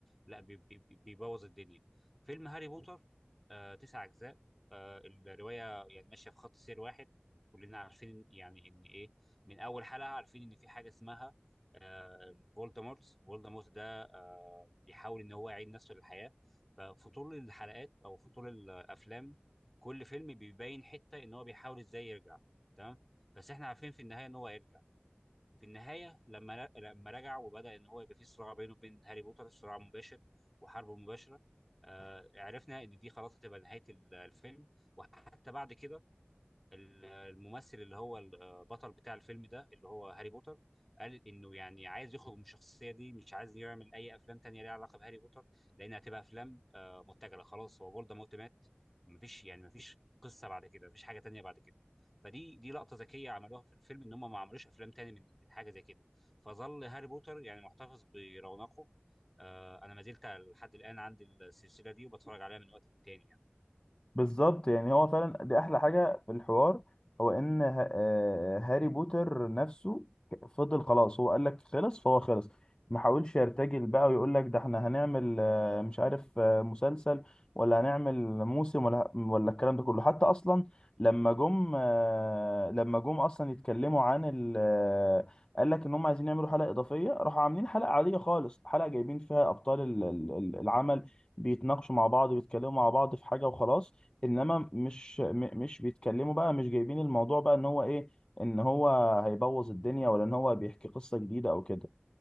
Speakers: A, in the centre; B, on the left.
A: لا بي- بي- بي- بيبوظ الدنيا فيلم هاري بوتر آه تسع اجزاء آه الروايه يعني ماشيه في خط سير واحد كلنا عارفين يعني ان ايه من اول حلقه عارفين ان في حاجه اسمها آه فولدمورت فولدمورت ده آه، بيحاول ان هو يعيد نفسه للحياه ففي طول الحلقات او في طول الافلام كل فيلم بيبين حته ان هو بيحاول ازاي يرجع تمام بس احنا عارفين في النهايه ان هو هيرجع في النهايه لما لما رجع وبدا ان هو يبقى في صراع بينه وبين هاري بوتر صراع مباشر وحرب مباشره آه، عرفنا ان دي خلاص هتبقى نهايه ال- الفيلم وحتى بعد كده ال- الممثل اللي هو البطل بتاع الفيلم ده اللي هو هاري بوتر قال انه يعني عايز يخرج من الشخصيه دي مش عايز يعمل اي افلام تانية ليها علاقه بهاري بوتر لان هتبقى افلام آه، متجله خلاص هو فولدمورت مات مفيش يعني مفيش قصه بعد كده مفيش حاجه تانية بعد كده فدي دي لقطه ذكيه عملوها في الفيلم ان هم ما عملوش افلام تاني من من حاجه زي كده فظل هاري بوتر يعني محتفظ برونقه آه، انا ما زلت لحد الان عندي السلسله دي وبتفرج عليها من وقت للتاني يعني
B: بالظبط يعني هو فعلا دي احلى حاجه في الحوار هو ان ه- آه، هاري بوتر نفسه ك- فضل خلاص هو قال لك خلص فهو خلص ما حاولش يرتجل بقى ويقول لك ده احنا هنعمل آه، مش عارف آه، مسلسل ولا هنعمل موسم ولا ولا الكلام ده كله حتى اصلا لما جم آه، لما جم اصلا يتكلموا عن ال آه، قال لك ان هم عايزين يعملوا حلقه اضافيه راحوا عاملين حلقه عاديه خالص حلقه جايبين فيها ابطال ال- ال- العمل بيتناقشوا مع بعض وبيتكلموا مع بعض في حاجه وخلاص انما مش م- مش بيتكلموا بقى مش جايبين الموضوع بقى ان هو ايه ان هو هيبوظ الدنيا ولا ان هو بيحكي قصة جديدة او كده